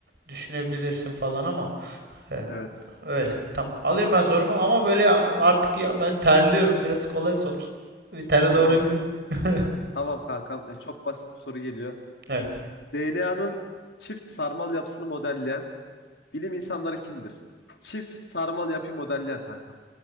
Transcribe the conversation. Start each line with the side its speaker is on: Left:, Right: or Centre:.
Right: düşünebilirsin falan ama e,
Left: Evet.
Right: öyle. Tamam. Alayım
Left: Evet
Right: ben sorumu
Left: evet.
Right: ama böyle artık ya ben terliyorum. Biraz kolay sor. Bir tane doğru
Left: Tamam.
Right: bileyim. <laughs>
Left: <laughs> Tamam kankam. E, çok basit bir soru geliyor.
Right: Evet.
Left: DNA'nın çift sarmal yapısını modelleyen bilim insanları kimdir? Çift sarmal yapıyı modelleyen kankam.